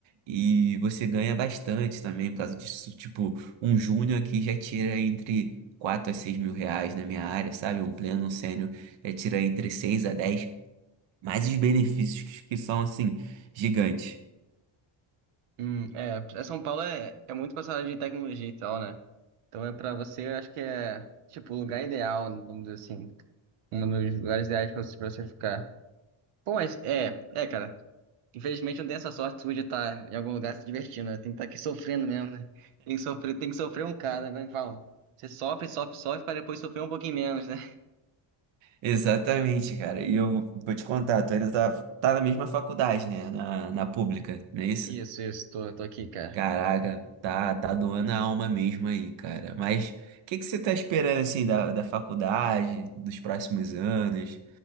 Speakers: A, on the right; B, on the right.
A: e você ganha bastante também por causa disso. Tipo, um júnior aqui já tira entre 4 a 6 mil reais na minha área, sabe? Um pleno, um sênior já tira entre seis a dez mais os benefícios que são, assim, gigantes.
B: Hum, é, é, São Paulo é, é muito passada de tecnologia e tal, né? Então é pra você, eu acho que é, tipo, o lugar ideal, vamos dizer assim, um dos lugares ideais pra você, pra você ficar. Bom, mas, é, é, cara. Infelizmente não tem essa sorte sua de estar em algum lugar se divertindo, né? Tem que estar aqui sofrendo mesmo, né? Tem que sofrer, tem que sofrer um cara, né? Fala, você sofre, sofre, sofre para depois sofrer um pouquinho menos, né?
A: Exatamente, cara. E eu vou te contar, tu ainda tá, tá na mesma faculdade, né? Na, na pública, não é isso?
B: Isso, isso, tô, tô aqui, cara.
A: Caraca, tá, tá doando a alma mesmo aí, cara. Mas o que que você tá esperando, assim, da, da faculdade, dos próximos anos?